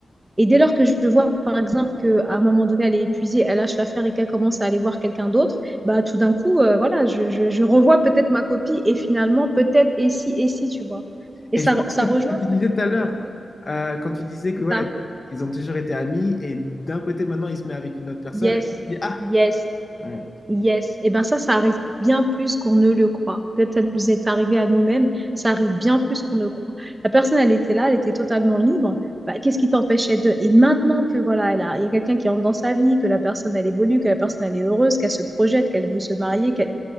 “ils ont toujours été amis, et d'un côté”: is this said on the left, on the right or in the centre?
Left